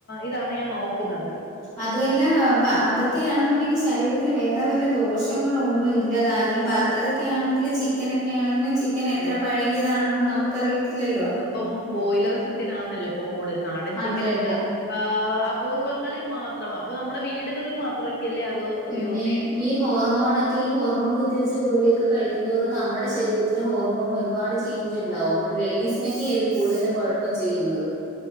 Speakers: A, on the left; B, in the centre.
A: ഇതാണ് ഞാൻ നോക്കുന്നത്.
B: അതുവല്ലാ അതൊക്കെയാണെന്നുണ്ടെങ്കി ശരീരത്തിന് വേറെ വല്ല ദോഷങ്ങളോ ഒന്നു ഇല്ലതാനു. ഈ ബർ മകറൊക്കെ ആണെങ്കിലും ചിക്കനൊക്കെ ആണെങ്കിലും ചിക്കൻ
A: അതെ
B: എത്ര പഴകിയതാണെന്നൊന്നും നമുക്ക അറിയത്തില്ലല്ലോ
A: ഇപ്പം ബോയിലർ ചിക്കൻ ആന്നല്ലോ ഇപ്പൊ കൂടുതൽ നാടൻ
B: അതെ
A: ചിക്കനൊക്കെ
B: അതെ
A: ഈഹ് അപൂർവ്വങ്ങളിൽ മാത്രം. അപ്പൊ നമ്മുടെ വീടുകളിൽ മാത്രക്കയല്ലേ അത്
B: പിന്നെ
A: യൂസ് ചെയ്യ്
B: ഈ ഹോർമോണൊക്കെ ഈ ഹോർമോൺ കുത്തിവെച്ച കോഴിയൊക്കെ കഴിക്കുന്തോറും, നമ്മുടെ ശരീരത്തിൽ ഹോർമോൺ ഒരുപാട് ചെയ്ഞ്ച് ഉണ്ടാവും
A: അതെ
B: ലേഡീസിനൊക്കെത് കൂടുതലും കൊയപ്പം ചെയ്യുന്നത്